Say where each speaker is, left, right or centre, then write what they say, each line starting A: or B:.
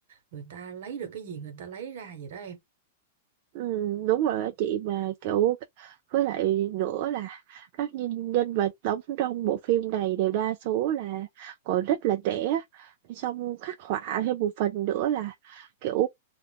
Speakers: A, on the right (about 65°); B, on the right (about 50°).
A: người ta lấy được cái gì người ta lấy ra vậy đó em
B: Ừ, đúng rồi á chị mà kiểu với lại nữa là các nhân nhân vật đóng trong bộ phim này đều đa số là còn rất là trẻ xong khắc họa thêm một phần nữa là kiểu